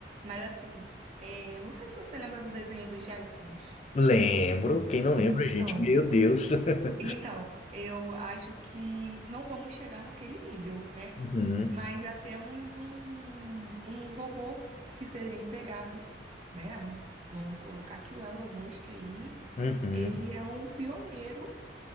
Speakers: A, on the right; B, on the left.
A: Mas assim, é, não sei se você lembra do desenho dos Jetsons.
B: Lembro, quem não lembra,
A: Então,
B: gente? Meu Deus. <laughs>
A: então, eu acho que não vamos chegar naquele nível, né?
B: Uhum,
A: Mas já temos um, um robô que seria empregado, né? Um- Vamos colocar que o Elon Musk aí,
B: uhum.
A: ele é um pioneiro